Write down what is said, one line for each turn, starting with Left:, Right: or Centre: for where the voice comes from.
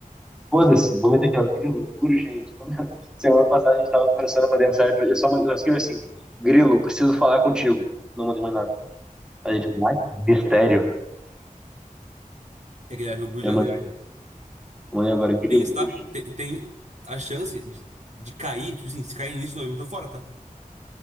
Centre: Foda-se, vou meter aqui, ó, Grilo, urgente. <laughs> Semana passada a gente tava conversando, eu mandei mensagem pra ele, eu só, mandei- eu só escrevi assim, Grilo, preciso falar contigo. Não mandei mais nada. Aí ele, vai, mistério.
Right: É que ele acha que é o Rio
Centre: Eu
Right: de Janeiro
Centre: mandei
Right: ainda.
Centre: eu mandei agora, Grilo,
Right: Tem isso, tá?
Centre: urgente.
Right: Tem, tem a chance de, de cair, tipo assim, se cair nisso, não, eu tô fora, tá?